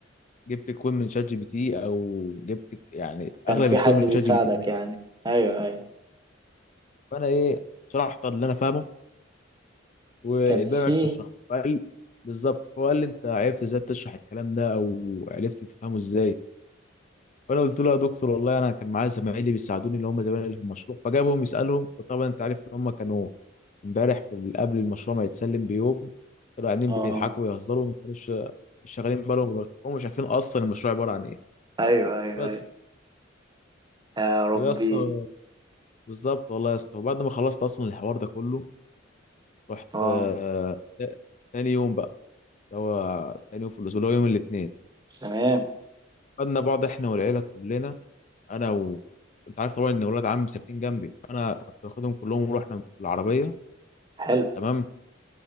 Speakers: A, on the left; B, on the right.
A: جبت الكود من شات جي بي تي او جبت يعني
B: كان
A: اغلب
B: في
A: الكود
B: حد بيساعدك
A: من شات جي بي تي ده.
B: يعني ايوه ايوه
A: فانا ايه شرحت اللي انا فاهمه والباقي
B: كان في
A: ما عرفتش اشرحه فقال بالظبط هو قال لي انت عرفت ازاي تشرح الكلام ده او عرفت تفهمه ازاي فانا قلت له يا دكتور والله انا كان معايا زمايلي بيساعدوني اللي هم زمايلي في المشروع فجابهم يسالهم وطبعا انت عارف ان هم كانوا امبارح في ال- قبل المشروع ما يتسلم بيوم كانوا قاعدين
B: اه
A: بيضحكوا ويهزروا ما كانوش مش شغالين بالهم هم مش عارفين اصلا المشروع عباره عن ايه
B: ايوه ايوه
A: بس
B: يا ربي
A: ويا اسطى بالظبط والله يا اسطى وبعد ما خلصت اصلا الحوار ده كله رحت
B: اه
A: آه، تاني يوم بقى اللي هو تاني يوم في الاسبوع اللي هو يوم الاثنين
B: تمام
A: خدنا بعض احنا والعيله كلنا انا و انت عارف طبعا ان ولاد عمي ساكنين جنبي انا كنت واخدهم كلهم ورحنا بالعربيه
B: حلو
A: تمام